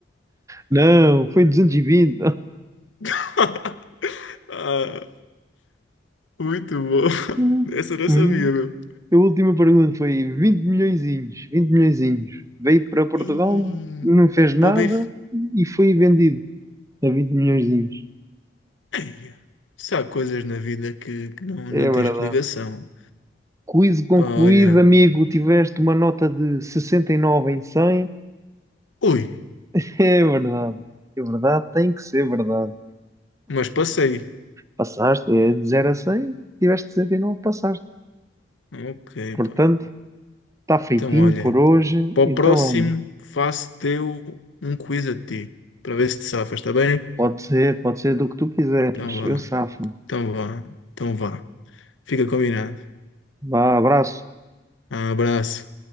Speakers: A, on the right; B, on the left.
A: Não, foi 220.
B: <laughs> Ah, muito bom.
A: <laughs>
B: Essa eu não
A: Hum,
B: sabia, meu.
A: A última pergunta foi 20 milhõezinhos, 20 milhõezinhos. Veio para Portugal,
B: Ei,
A: não fez nada
B: Pô, bem...
A: e foi vendido a 20 milhõezinhos.
B: Ei, se há coisas na vida que, que não,
A: É
B: não
A: verdade.
B: tem explicação.
A: Quiz concluído,
B: Pá, olha.
A: amigo. Tiveste uma nota de 69 em 100.
B: Ui,
A: <laughs> É verdade. É verdade, tem que ser verdade.
B: mas passei.
A: passaste, é de 0 a 100, tiveste 69, passaste.
B: Ok,
A: Portanto,
B: pá.
A: está feitinho
B: Então, olha.
A: por hoje,
B: Para o
A: então
B: próximo,
A: olha,
B: faço-te eu um quiz a ti. Para ver se te safas, está bem?
A: pode ser, pode ser do que tu quiseres,
B: Então vá.
A: eu safo-me.
B: Então vá. Então vá. Fica combinado.
A: Vá, abraço.
B: Abraço.